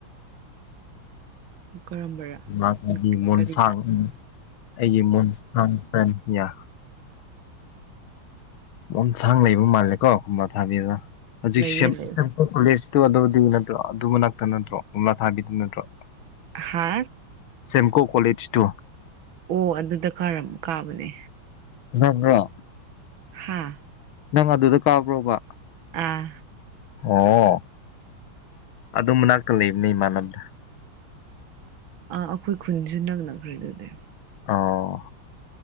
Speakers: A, on the right; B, on the left.
A: ꯀꯔꯝꯕꯔꯥ
B: ꯃꯥꯗꯤ ꯃꯣꯟꯁꯥꯡ
A: ꯀꯔꯤꯗ
B: ꯎꯝ ꯑꯩꯒꯤ ꯃꯣꯟꯁꯥꯡ ꯐ꯭ꯔꯦꯟ ꯌꯥ ꯃꯣꯟ ꯁꯥꯡ ꯂꯩꯕ ꯃꯥꯜꯂꯦꯀꯣ ꯈꯕ ꯊꯥꯕꯤꯗꯅ ꯍꯧꯖꯤꯛꯣꯂꯦꯨ
A: ꯂꯩꯌꯦ ꯂꯩ
B: ꯑꯗꯨꯗꯤ ꯅꯠꯇ꯭ꯔ ꯑꯗꯨ ꯃꯅꯥꯛꯇ ꯅꯠꯇ꯭ꯔꯣ ꯑꯣꯝꯂꯥ ꯊꯥꯕꯤꯗ ꯅꯠꯇ꯭ꯔꯣ
A: ꯍꯥ
B: ꯇꯀꯣ ꯀꯣꯦꯖ ꯇꯨ
A: ꯑꯣ ꯑꯗꯨꯗ ꯀꯥꯔꯝ ꯀꯥꯕꯅꯦ
B: ꯅꯛꯕ꯭ꯔꯣ
A: ꯍꯥꯥ
B: ꯅꯪ ꯑꯗꯨꯗ ꯀꯥꯕ꯭ꯔꯣꯕ
A: ꯑꯥ
B: ꯑꯣ ꯑꯗꯨ ꯃꯅꯥꯛꯇ ꯂꯩꯕꯅꯤ ꯏꯃꯥꯟꯅꯕꯗ
A: ꯑ ꯑꯩꯈꯣꯏ ꯈꯨꯟꯁꯨ ꯅꯛꯅꯈ꯭ꯔꯦ ꯑꯗꯨꯗꯤ
B: ꯑꯣ